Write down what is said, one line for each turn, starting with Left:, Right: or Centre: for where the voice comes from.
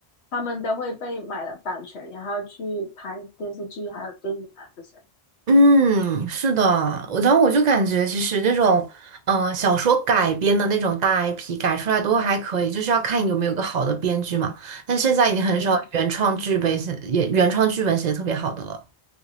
Left: 他们都会被买了版权，然后去拍电视剧还有电影啊这些。
Right: 嗯，是的，我然后我就感觉其实那种，嗯、小说改编的那种大 IP 改出来都还可以，就是要看有没有个好的编剧嘛。但现在已经很少原创剧本写，
Left: 嗯，
Right: 也原创剧本写的特别好的了。